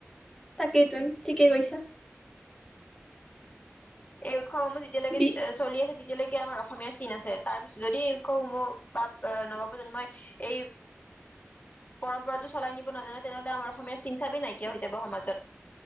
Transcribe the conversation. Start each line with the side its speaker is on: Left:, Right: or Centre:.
Centre: তাকেই তোন ঠিকে কৈছা।
Left: এই উৎসৱসমূহ যেতিয়ালৈকে
Centre: বি
Left: চলি আছে। এতিয়ালৈকে আমাৰ অসমীয়াৰ চিন আছে তাৰ পিছত যদি উৎসৱসমূহ বা আহ নৱপ্ৰজন্মই এই পৰম্পৰাতটো চলাই নিব নাজানে তেনেহলে আমাৰ অসমীয়াৰ চিন চাবেই নাইকিয়া হৈ যাব সমাজত।